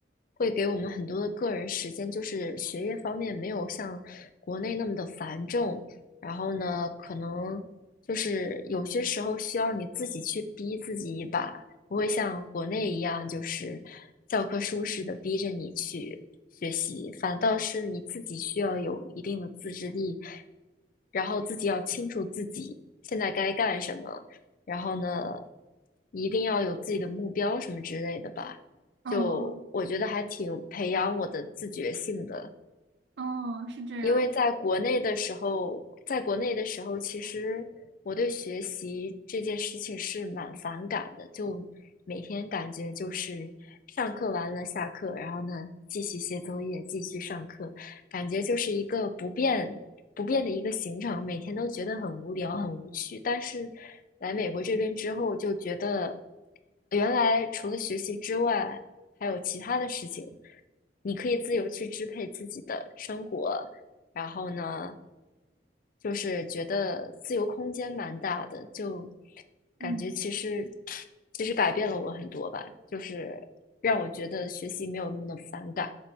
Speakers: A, on the left (about 50°); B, on the right (about 70°).
A: 会给我们很多的个人时间，就是学业方面没有像国内那么的繁重。然后呢，可能就是有些时候需要你自己去逼自己一把，不会像国内一样就是教科书似的逼着你去学习，反倒是你自己需要有一定的自制力，然后自己要清楚自己现在该干什么，然后呢，一定要有自己的目标什么之类的吧。
B: 嗯，
A: 就我觉得还挺培养我的自觉性的，
B: 哦，是这样。
A: 因为在国内的时候，在国内的时候，其实我对学习这件事情是蛮反感的，就每天感觉就是上课完了下课，然后呢继续写作业，继续上课，感觉就是一个不变不变的一个行程，每天都觉得很无聊、很无趣。但是来美国这边之后，就觉得原来除了学习之外，还有其他的事情。你可以自由去支配自己的生活，然后呢，就是觉得自由空间蛮大的，就
B: 嗯，
A: 感觉其实其实改变了我很多吧，就是让我觉得学习没有那么的反感。